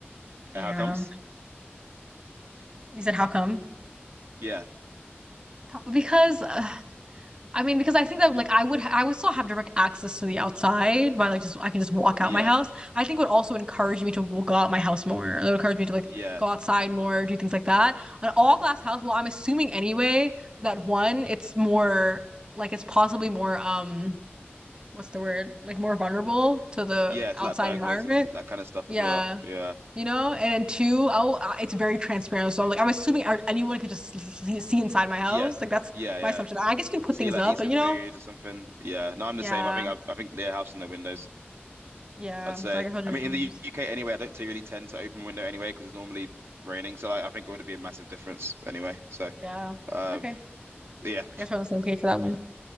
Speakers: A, on the right (about 65°); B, on the right (about 20°).
A: and
B: Yeah.
A: how comes?
B: You said how come?
A: Yeah,
B: Pro- Because uh, I mean, because I think that like I would I would still have direct access to the outside by like just I can just walk
A: yeah,
B: out my house. I think it would also encourage me to w- go out my house more. It would encourage me to like
A: yeah.
B: go outside more, do things like that. An all glass house, well, I'm assuming anyway that one, it's more like it's possibly more um what's the word? Like more vulnerable to the
A: Yeah, so
B: outside
A: like burglars
B: environment.
A: and that kind of stuff
B: Yeah.
A: as well. Yeah.
B: You know, and then two, oh, uh, it's very transparent. So I'm like, I'm assuming uh, anyone could just see see inside my house.
A: Yeah.
B: Like that's
A: Yeah, yeah.
B: my assumption. I guess you can put
A: See
B: things
A: like
B: up,
A: eating
B: but you
A: food
B: know,
A: or something. Yeah.
B: yeah,
A: No, I'm the same. I think I've, I think they're house in their windows,
B: yeah.
A: I'd say.
B: So I guess I will
A: I mean in the
B: just,
A: UK anyway, I don't t- really tend to open window anyway because it's normally raining. So like, I think it would be a massive difference anyway. So
B: yeah.
A: uh
B: Okay. I
A: yeah,
B: guess we're on the same page for that one.